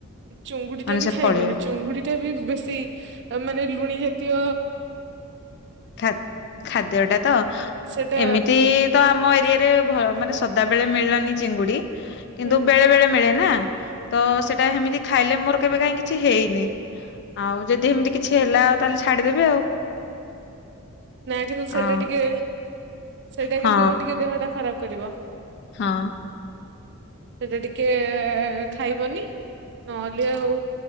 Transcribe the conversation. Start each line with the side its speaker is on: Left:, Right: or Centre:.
Right: ଚୁଙ୍ଗୁଡିଟା
Left: ମାନେ
Right: ବି
Left: ସେ
Right: ଖାଇବନି।
Left: ଫଳିବେ।
Right: ଚୁଙ୍ଗୁଡିଟା ବି ବେଶୀ ମାନେ ଲୁଣି ଜାତି ତୀୟ
Left: ଖାଦ୍-ଖାଦ୍ୟଟା ତ,
Right: ସେଟା
Left: ଏମିତି ତ ଆମ ଏରିଆ ତାପରେ ମାନେ ସଦାବେଳେ ମିଳିଲାନି ଚିଙ୍ଗୁଡି, କିନ୍ତୁ
Right: ହୁଁ
Left: ବେଳେ ବେଳେ ମିଳେ ନା। ତ ସେଇଟା ହେମିତି ଖାଇଲେ ମୋର କେବେ କାଇଁ କିଛି ହେଇନି। ଆଉ ଯଦି ହେମତି କିଛି ହେଲା, ଆଉ ତାହେଲେ ଛାଡିଦେବେ ଆଉ।
Right: ନା କିନ୍ତୁ
Left: ଅ
Right: ସେଇଟା ଟିକେ, ସେଇଟା
Left: ହଁ
Right: କିନ୍ତୁ ଟିକେ ଦେହଟା ଖରାପ କରିବ।
Left: ହଁ
Right: ସେଇଟା ଟିକେ ଖାଇବନି ନହେଲେ ଆଉ